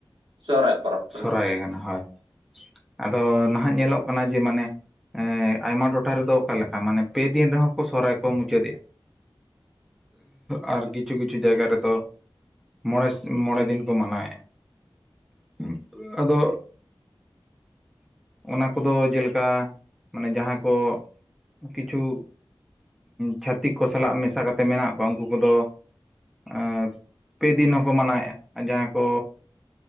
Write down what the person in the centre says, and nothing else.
ᱥᱚᱨᱦᱟᱭ ᱜᱮ ᱠᱟᱱᱟ ᱦᱳᱭ ᱟᱫᱚ ᱱᱟᱦᱟᱜ ᱧᱮᱞᱚᱜ ᱠᱟᱱᱟ ᱡᱮ ᱢᱟᱱᱮ ᱮᱸ ᱟᱭᱢᱟ ᱴᱚᱴᱷᱟ ᱨᱮᱫᱚ ᱚᱠᱟ ᱞᱮᱠᱟ ᱢᱟᱱᱮ ᱯᱮ ᱫᱤᱱ ᱨᱮᱦᱚᱸ ᱠᱚ ᱥᱚᱦᱚᱨᱟᱭ ᱠᱚ ᱢᱩᱪᱟᱹᱫᱮᱜᱼᱟ, <inaudible> ᱟᱨ ᱠᱤᱪᱷᱩ ᱠᱤᱪᱷᱩ ᱡᱟᱭᱜᱟ ᱨᱮᱫᱚ᱾ ᱢᱚᱬᱮ ᱥᱤᱜ ᱢᱚᱬᱮ ᱫᱤᱱ ᱠᱚ ᱢᱟᱱᱟᱣᱮᱫᱼᱟ᱾ ᱦᱩᱸ ᱟᱫᱚ ᱚᱱᱟ ᱠᱚᱫᱚ ᱡᱮᱞᱮᱠᱟ ᱢᱟᱱᱮ ᱡᱟᱦᱟᱸ ᱠᱚ, ᱠᱤᱪᱷᱩ ᱪᱷᱟᱹᱛᱤᱠ ᱠᱚ ᱥᱟᱞᱟᱜ ᱢᱮᱥᱟ ᱠᱟᱛᱮᱫ ᱢᱮᱱᱟᱜ ᱠᱚᱣᱟ ᱩᱱᱠᱩ ᱠᱚᱫᱚ ᱟᱨ ᱯᱮ ᱫᱤᱱ ᱦᱚᱸᱠᱚ ᱢᱟᱱᱟᱣᱮᱫᱼᱟ ᱟᱨ ᱡᱟᱦᱟᱸ ᱠᱚ,